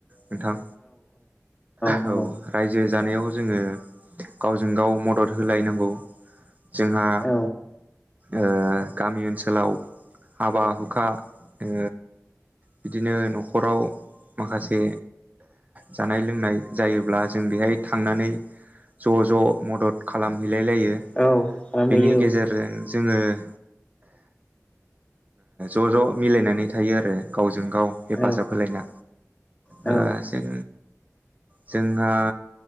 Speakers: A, on the right; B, on the left.
A: नोंथां?
B: नंगौ
A: औ रायजो जानायाव जोङो गावजों गाव मदद होलाय नांगौ जोंहा
B: औ
A: ओ गामि ओनसोलाव हाबा हुखा ओ बिदिनो न'खराव माखासे जानाय लोंनाय जायोब्ला जों बेहाय थांनानै ज' ज' मदद खालाम हैलाय लायो।
B: औ खालामहैयो
A: बिनि गेजेरजों जोङो <unintelligible> ओ ज' ज' मिलायनानै थायो आरो गाव जों गाव हेफाजाब
B: औ
A: होलायना।
B: औ
A: ओ जों जोंहा